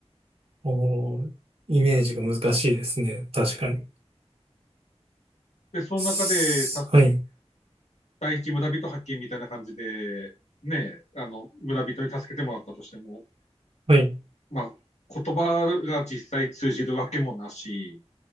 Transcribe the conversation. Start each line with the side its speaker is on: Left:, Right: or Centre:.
Right: おー、イメージが難しいですね。確かに。
Left: で、その中で、
Right: すはい、
Left: た、ね、第一村人発見みたいな感じで、ね、あの、村人に助けてもらったとしても、
Right: はい、
Left: まあ、言葉が実際通じるわけもなし、